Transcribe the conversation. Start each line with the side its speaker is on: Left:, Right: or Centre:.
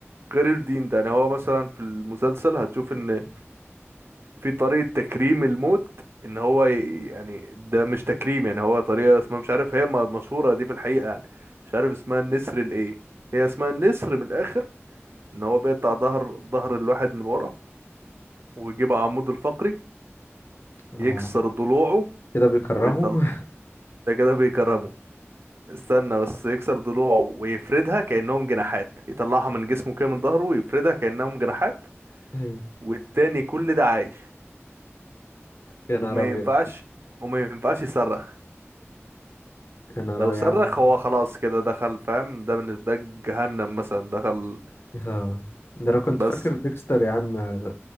Right: غير الدين ده يعني هو مثلا في المسلسل هتشوف ان في طريقه تكريم الموت ان هو ي- يعني ده مش تكريم يعني هو طريقه اسمها مش عارف هي م- مشهوره دي في الحقيقه يعني مش عارف اسمها النسر الايه هي اسمها النسر من الاخر ان هو بيقطع ظهر ظهر الواحد من ورا ويجيب عمود الفقري
Left: اه
Right: يكسر ضلوعه
Left: كده بيكرموا
Right: ويطلع
Left: <laughs>
Right: ده كده بيكرمه استنى بس يكسر ضلوعه ويفردها كأنهم جناحات يطلعها من جسمه كده من ظهره ويفردها كأنهم جناحات
Left: ايوه
Right: والتاني كل ده عايش
Left: يا
Right: وما
Left: نهار ابيض
Right: ينفعش وما ينفعش يصرخ
Left: يا نهار
Right: لو
Left: ابيض
Right: صرخ
Left: يا عم
Right: هو خلاص كده دخل فاهم ده من ده جهنم مثلا دخل
Left: اه ده انا كنت
Right: بس
Left: فاكر ديكستر يا عم آه،